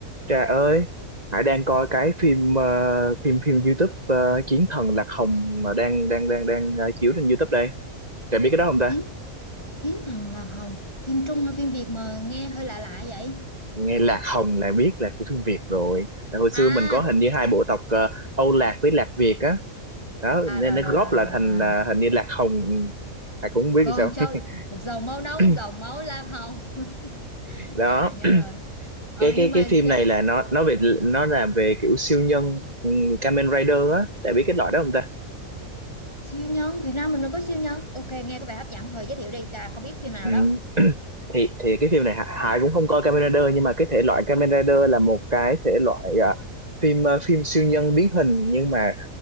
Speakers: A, on the right (about 30°); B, on the left (about 20°).
A: Trà ơi, Hải đang coi cái phim ờ, phim phim YouTube ờ, Chiến thần Lạc Hồng mà đang đang đang đang ờ, chiếu trên YouTube đây. Trà biết cái đó không ta?
B: chiến chiến thần là hồng phim Trung hay phim Việt mà nghe hơi lạ lạ vậy
A: Nghe Lạc Hồng là biết là của phim Việt rồi. Tại hồi xưa
B: à
A: mình có hình như hai bộ tộc ờ, Âu Lạc với Lạc Việt á. Đó,
B: à
A: nên
B: rồi
A: nó
B: rồi
A: góp
B: rồi
A: lại
B: rồi
A: thành
B: à
A: ờ, hình như Lạc Hồng. Ừ, Hải cũng không biết
B: con
A: sao.
B: trâu
A: <clears throat>
B: một dòng máu nóng
A: <laughs>
B: dòng máu lam hồng <laughs>
A: Đó,
B: nhớ rồi nhớ rồi ờ
A: cái
B: nhưng
A: cái
B: mà
A: cái phim
B: tr-
A: này là nó nó về nó là về kiểu siêu nhân ừ, Kamen Rider á. Trà biết cái loại đó không ta?
B: siêu nhân Việt Nam mình mới có siêu nhân ok nghe có vẻ hấp dẫn thôi giới thiệu đi trà không biết phim nào
A: Ừm,
B: đó
A: <clears throat> thì thì cái phim này Hà- Hải cũng không coi Kamen Rider nhưng mà cái thể loại Kamen Rider là một cái thể loại à, phim à, phim siêu nhân biến hình nhưng mà